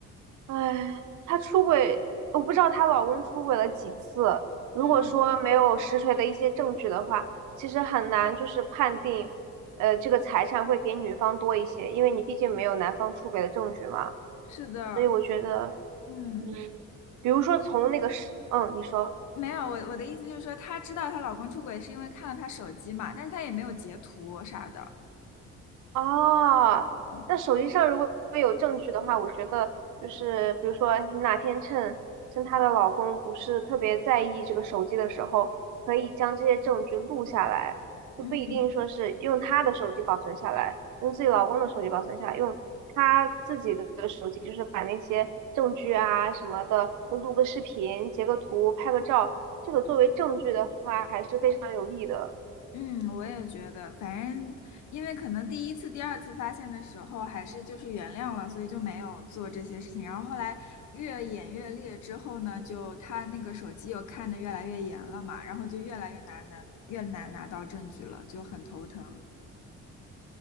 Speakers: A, on the right; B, on the left.
A: 哎，她出轨，我不知道她老公出轨了几次。如果说没有实锤的一些证据的话，
B: 嗯，
A: 其实很难就是判定，呃，这个财产会给女方多一些，因为你毕竟没有男方出轨的证据嘛。
B: 是的，
A: 所以我觉得，
B: 嗯。
A: 嗯，比如说从那个是，嗯，你说。
B: 没有，我我的意思就是说，她知道她老公出轨是因为看了她手机嘛，但是她也没有截图啥的。
A: 哦，
B: 嗯
A: 那手机上如果有证据的话，我觉得就是比如说你哪天趁趁她的老公不是特别在意这个手机的时候，可以将这些证据录下来，就不一定说是用她的手机保存下来，
B: 嗯
A: 用自己老公的手机保存下来，用她自己的手机，就是把那些证据啊什么的都录个视频、截个图、拍个照，这个作为证据的话还是非常有利的。
B: 嗯，我也觉得，反正因为可能第一次、第二次发现的时候，还是就是原谅了，所以就没有做这些事情。然后后来越演越烈之后呢，就她那个手机又看得越来越严了嘛，然后就越来越难拿，越难拿到证据了，就很头疼。